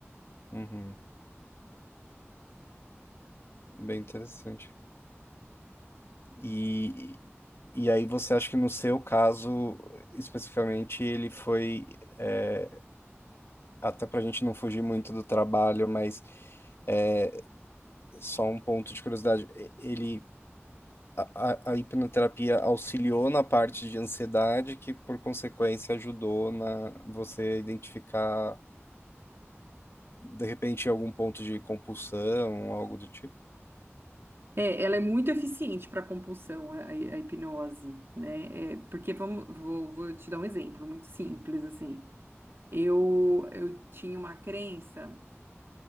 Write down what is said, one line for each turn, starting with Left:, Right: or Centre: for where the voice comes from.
Left: Uhum. Bem interessante. E, e aí você acha que no seu caso, especificamente, ele foi, é, até para a gente não fugir muito do trabalho, mas é, só um ponto de curiosidade, e- ele a, a a hipnoterapia auxiliou na parte de ansiedade, que por consequência ajudou na você a identificar de repente algum ponto de compulsão, algo do tipo.
Right: É, ela é muito eficiente para compulsão, a, a- a hipnose, né? É, porque vamos, vou, vou te dar um exemplo muito simples, assim. Eu, eu tinha uma crença